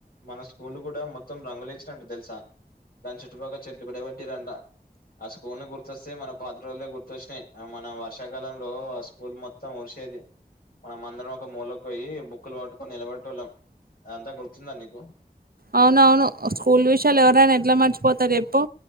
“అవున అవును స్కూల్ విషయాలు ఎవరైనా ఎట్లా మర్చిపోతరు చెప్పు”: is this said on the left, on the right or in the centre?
Right